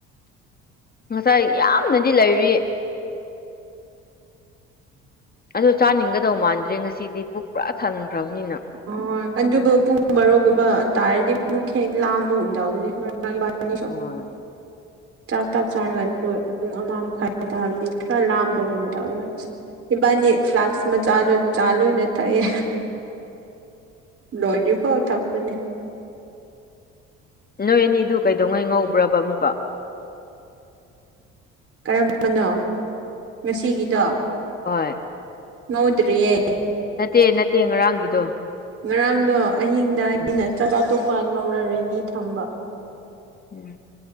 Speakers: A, on the left; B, on the right.
A: ꯉꯁꯥꯏ ꯌꯥꯝꯅꯗꯤ ꯂꯩꯔꯤ ꯑꯗꯣ ꯆꯥꯅꯤꯡꯒꯗꯧ ꯃꯥꯟꯗ꯭ꯔꯦ ꯉꯁꯤꯗꯤ ꯄꯨꯛ ꯄꯨꯔꯥ ꯊꯟꯈ꯭ꯔꯕꯅꯤꯅ
B: ꯑꯣ ꯑꯗꯨꯕꯨ ꯄꯨꯡ ꯚꯔꯣꯒꯨꯝꯕ ꯇꯥꯔꯗꯤ ꯑꯃꯨꯛ ꯍꯦꯛ ꯂꯥꯝꯕꯒꯨꯝ ꯌꯥꯎꯒꯅꯤ ꯍꯣꯢ INAUDIBLE
A: ꯍꯣꯏ
B: ꯆꯥꯛ ꯇꯪ ꯆꯥꯔꯒ ꯑꯗꯨꯗꯣ ꯄꯨꯡ ꯑꯃ ꯃꯈꯥꯏ ꯇꯥꯕꯗꯤ ꯈꯔ ꯂꯥꯝꯕꯒꯨꯝ ꯇꯧꯋꯦ ꯏꯕꯥꯅꯤ ꯐ꯭ꯂꯥꯛꯁ ꯃꯆꯥꯗꯣ ꯆꯥ ꯂꯣꯏꯅ ꯊꯛꯑꯦ ꯂꯣꯏꯗ꯭ꯔꯤ ꯐꯥꯎ ꯊꯥꯛꯄꯅꯦ
A: ꯅꯣꯏ ꯑꯅꯤꯗꯨ ꯀꯩꯗꯧꯉꯩ ꯉꯧꯕ꯭ꯔꯕ ꯑꯃꯨꯛꯀ
B: ꯀꯔꯝꯕꯅꯣ ꯉꯁꯤꯒꯤꯗꯣ
A: ꯍꯣꯏ
B: ꯅꯣꯏꯗ꯭ꯔꯤꯌꯦ
A: ꯅꯠꯇꯦ ꯅꯠꯇꯦ ꯉꯔꯥꯡꯒꯤꯗꯣ
B: ꯉꯔꯥꯡꯗꯣ ꯑꯍꯤꯡꯗ ꯑꯩꯅ
A: ꯎꯝ
B: ꯆꯥꯛ ꯑꯇꯣꯞꯄ ꯉꯧꯔꯒꯗꯤ ꯊꯝꯕ
A: ꯎꯪ